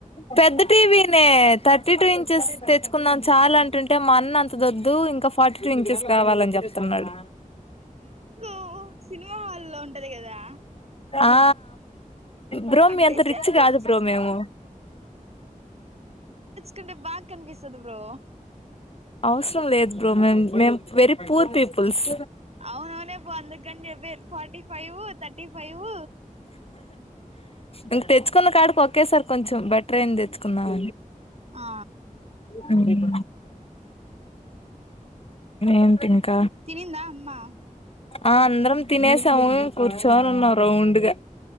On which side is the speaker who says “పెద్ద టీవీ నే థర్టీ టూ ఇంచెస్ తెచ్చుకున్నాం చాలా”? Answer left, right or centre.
Left